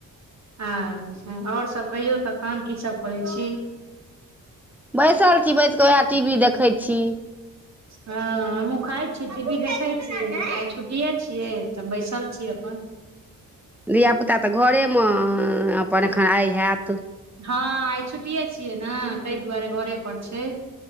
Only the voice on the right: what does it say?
अच्छा आओर सब कहियौ तखन की सब करैत छी?
हँ, हमूँ खाइ छी टीभी देखैत छी, आइ छुटिये छियै तऽ बैसल छी अपन
हँ आइ छुट्टीे छियै ने ताहि दुआरे घरे पर छै।